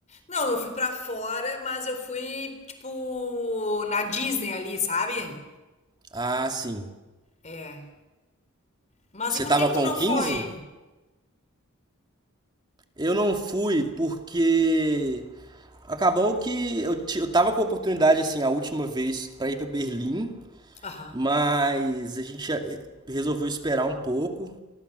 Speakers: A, on the left; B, on the right.
A: Não, eu fui pra fora, mas eu fui tipo na Disney ali, sabe?
B: Ah, sim.
A: É. Mas
B: Você
A: e por
B: tava
A: que que
B: com
A: tu não
B: 15?
A: foi?
B: Eu não fui porque acabou que eu, ti- eu tava com a oportunidade, assim, a última vez pra ir pra Berlim,
A: Aham.
B: mas a gente já- eh, resolveu esperar um pouco